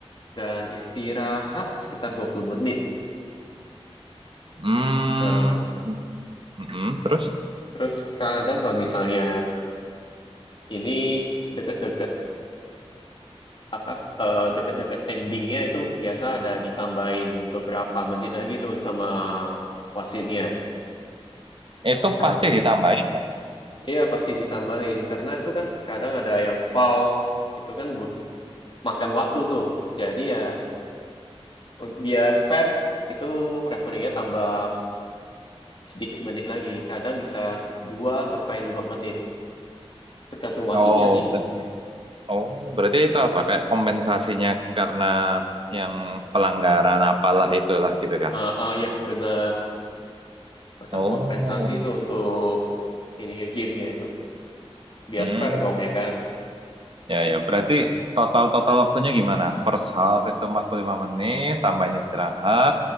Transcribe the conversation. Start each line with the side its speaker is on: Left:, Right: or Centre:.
Left: dan istirahat sekitar 20 menit.
Right: Hmm,
Left: Nah,
Right: mm-mm, terus
Left: terus kadang kalau misalnya ini deket-deket apa eh, deket-deket endingnya itu biasa ada ditambahin beberapa menit lagi tuh sama wasitnya.
Right: itu
Left: Karena
Right: pasti ditambahin. kan?
Left: Iya pasti ditambahin karena itu kan kadang ada yang foul itu kan but makan waktu tuh. Jadi ya un- biar fair itu referee tambah sedikit menit lagi. Kadang bisa 2 sampai 5 menit tergantung wasitnya
Right: Oh,
Left: sih.
Right: berarti, oh, berarti itu apa? Kayak kompensasinya karena yang pelanggaran apalah itulah gitu kah?
Left: Ah ah, ya benar macam
Right: Oh,
Left: kompensasi itu untuk ininya gamenya itu. Biar
Right: hmm.
Left: fair dong ya kan.
Right: Ya, ya. Berarti total-total waktunya gimana? First half itu 45 menit, tambahin istirahat,